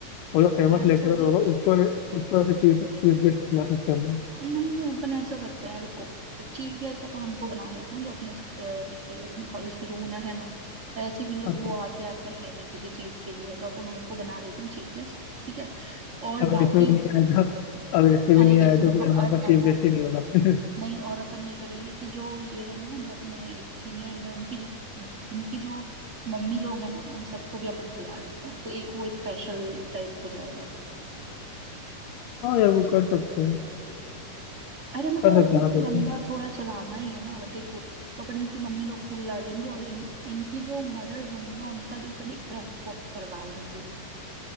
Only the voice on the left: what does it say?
और जो फेमस
लेक्चरर
होगा उसको उसको ऐसे चीफ चीफ गेस्ट बना सकते हैं हम लोग।
अच्छा
अगर
इसमें भी नहीं
आएगा अगर इसमें भी
नहीं
आया तो फिर
हमारे पास चीफ
गेस्ट ही नहीं होगा
<laughs> हाँ यार वो कर सकते हैं
कर सकते
हैं
हाँ
बिल्कुल